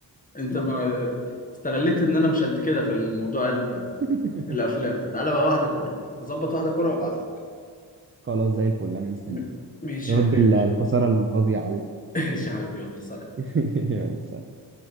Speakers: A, on the left; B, on the right.
A: انت ما استغليت ان انا مش قد كده في الموضوع
B: <laughs>
A: الافلام تعالى بقى واحده كوره هظبط واحده كوره وابعت لك
B: خلاص زي الفل أنا مستني
A: م- ماشي
B: ترد
A: يا حبيبي
B: ال- الخسارة الفظيعة دي
A: <laughs> ماشي يا حبيبي يلا سلام
B: <laughs> يلا سلام